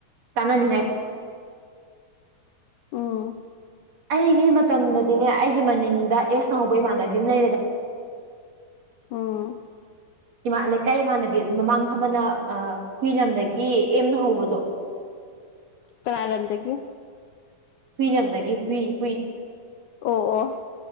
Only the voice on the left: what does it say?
ꯎꯝ
ꯎꯝ
ꯀꯅꯥꯥ ꯂꯝꯗꯒꯤ
ꯑꯣ ꯑꯣ